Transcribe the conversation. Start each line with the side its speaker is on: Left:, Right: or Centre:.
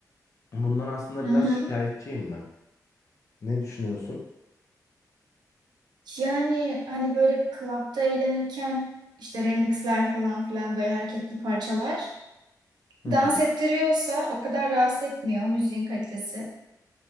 Left: Bundan aslında
Right: Hı
Left: biraz
Right: hı.
Left: şikayetçiyim ben. Ne düşünüyorsun?
Right: Yani hani böyle klapta eğlenirken işte remixler falan filan böyle hareketli parçalar
Left: <laughs>
Right: dans ettiriyorsa o kadar rahatsız etmiyor müziğin kalitesi.